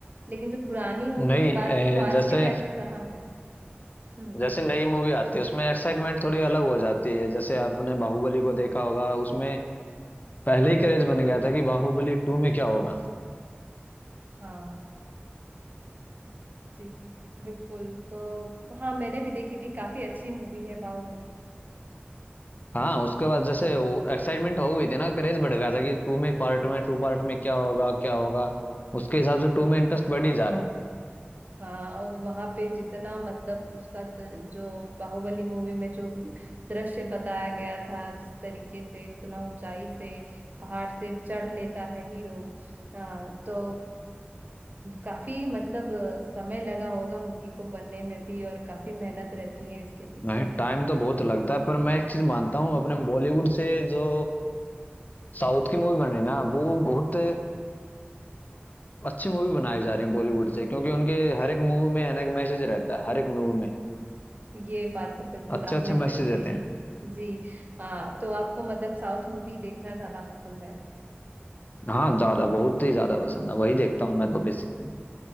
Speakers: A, on the right; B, on the left.
A: लेकिन जो पुरानी मूवी
B: नहीं
A: की बात
B: ए,
A: थी वो आज
B: जैसे
A: के टाइम में कहाँ है हम्म
B: जैसे नई मूवी आती है उसमें एक्साइटमेंट थोड़ी अलग हो जाती है जैसे आपने बाहुबली को देखा होगा उसमें पहले ही क्रेज बन गया था कि बाहुबली टू में क्या होगा
A: हाँ जी बिल्कुल तो हाँ मैंने भी देखी थी काफी अच्छी मूवी है बाहुबली
B: हाँ उसके बाद जैसे एक्साइटमेंट हो गई थी ना क्रेज बढ़ गया था कि टू में पार्ट में टू पार्ट में क्या होगा क्या होगा उसके हिसाब से टू में इंटरेस्ट बढ़ ही जा रहा है
A: हाँ और वहां पे जितना मतलब उसका द- जो बाहुबली मूवी में जो दृश्य बताया गया था जिस तरीके से उतना ऊंचाई से पहाड़ से चढ़ लेता है हीरो हाँ तो काफी मतलब समय लगा होगा मूवी को बनने में भी और काफी मेहनत रहती है इसके पीछे
B: नहीं टाइम तो बहुत लगता है पर मैं एक चीज मानता हूँ अपने बॉलीवुड से जो साउथ की मूवी बन रही है ना वो बहुत अच्छी मूवी बनाई जा रही है बॉलीवुड से क्योंकि उनके हर एक मूवी में हर एक मैसेज रहता है हर एक मूवी में
A: ये बात तो बिल्कुल
B: अच्छे
A: आपने
B: अच्छे मैसेज
A: सही
B: देते
A: कही
B: हैं
A: जी हाँ तो आपको मतलब साउथ मूवी देखना ज्यादा पसंद है
B: हाँ ज्यादा बहुत ही ज्यादा पसंद है वही देखता हूँ मैं तो बेसिकली